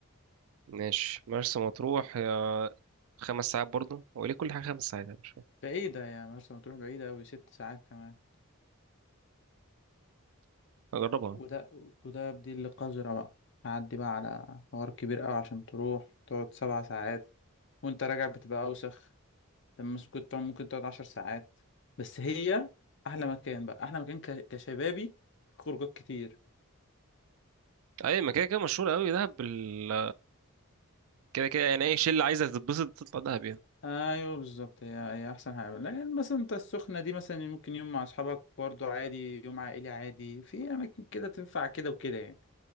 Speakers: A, on the right (about 70°); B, on the left (about 55°).
A: ماشي مرسى مطروح يا خمس ساعات برضه هو ليه كل حاجه خمس ساعات أنا مش فاهم
B: بعيدة يا مرسى مطروح بعيدة قوي ست ساعات كمان
A: اجربها
B: وده وده بديل القذرة بقى تعدي بقى على حوار كبير قوي عشان تروح تقعد سبع ساعات وانت راجع بتبقى أوسخ طب مس- كنت طبعاً ممكن تقعد عشر ساعات بس هي أحلى مكان بقى أحلى مكان ك- كشبابي في خروجات كتير
A: اي ما كده كده مشهور قوي دهب بال... كده كده يعني اي شله عايزه تتبسط تطلع دهب يعني
B: أيوه بالظبط هي هي أحسن حاجة لكن مثلا أنت السخنة دي مثلا ممكن يوم مع أصحابك برضه عادي يوم عائلي عادي في أماكن كده تنفع كده وكده يعني